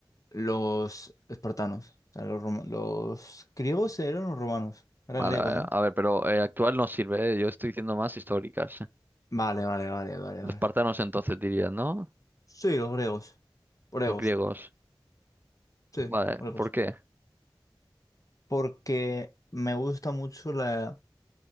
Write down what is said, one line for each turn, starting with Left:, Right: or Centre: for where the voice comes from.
Left: los espartanos, o sea, los, roma- los griegos eran los romanos, era
Right: Vale,
Left: griego,
Right: vale.
Left: ¿no?
Right: A ver, pero eh, actual no sirve, ¿eh? Yo estoy diciendo más históricas.
Left: Vale, vale, vale, vale,
Right: Los
Left: vale.
Right: espartanos entonces dirías, ¿no?
Left: Sí, los griegos, griegos,
Right: Los griegos.
Left: sí,
Right: Vale,
Left: griegos,
Right: ¿por qué?
Left: porque me gusta mucho la